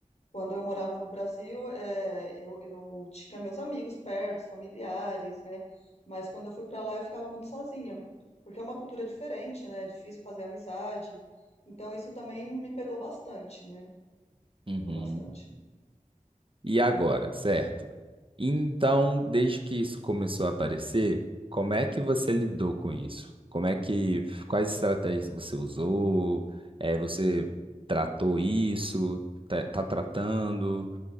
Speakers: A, on the left; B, on the right.
A: Quando eu morava no Brasil, é, eu, eu tinha meus amigos perto, familiares, né? Mas quando eu fui para lá eu ficava muito sozinha, porque é uma cultura diferente, né? É difícil fazer amizade. Então isso também me pegou bastante, né? Me
B: Uhum.
A: pegou bastante.
B: E agora, certo? Então, desde que isso começou a aparecer, como é que você lidou com isso? Como é que, quais estratégias você usou? Eh, você tratou isso? Tá, tá tratando?